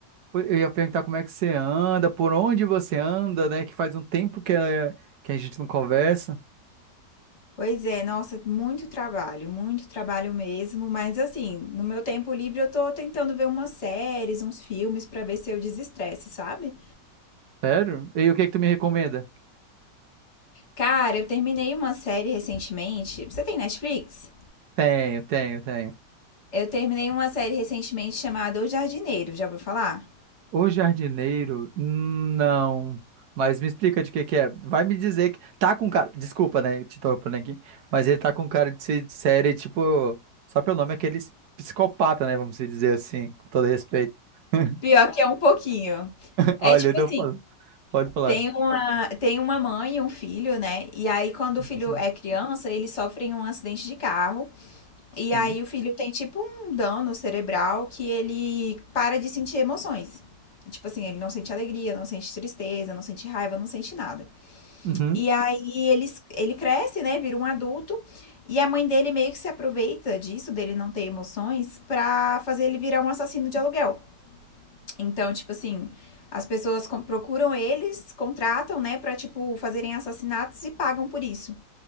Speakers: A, on the right (about 70°); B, on the left (about 40°).
A: eu ia perguntar como é que você anda, por onde você anda, né? Que faz um tempo que, a- que a gente não conversa.
B: pois é, nossa, muito trabalho, muito trabalho mesmo, mas assim, no meu tempo livre eu tô tentando ver umas séries, uns filmes pra ver se eu desestresso, sabe?
A: Sério? E o que é que tu me recomenda?
B: Cara, eu terminei uma série recentemente. Você tem Netflix?
A: Tenho, tenho, tenho.
B: Eu terminei uma série recentemente chamada O Jardineiro, já ouviu falar?
A: O jardineiro, não. Mas me explica de que que é. Vai me dizer que tá com cara. Desculpa, né? Te interrompendo aqui. Mas ele tá com cara de ser de série, tipo. Só pelo nome, aqueles psicopata, né? Vamos se dizer assim, com todo respeito. <laughs>
B: Pior que é um pouquinho.
A: Olha,
B: É tipo
A: eu tô
B: assim,
A: falando. Pode falar.
B: tem uma, tem uma mãe e um filho, né? E aí, quando o filho
A: Sim.
B: é criança, eles sofrem um acidente de carro. E
A: Sim.
B: aí o filho tem tipo um dano cerebral que ele para de sentir emoções. Tipo assim, ele não sente alegria, não sente tristeza, não sente raiva, não sente nada.
A: Uhum.
B: E aí ele, ele cresce, né? Vira um adulto. E a mãe dele meio que se aproveita disso, dele não ter emoções, pra fazer ele virar um assassino de aluguel. Então, tipo assim, as pessoas com- procuram eles, contratam, né, pra, tipo, fazerem assassinatos e pagam por isso.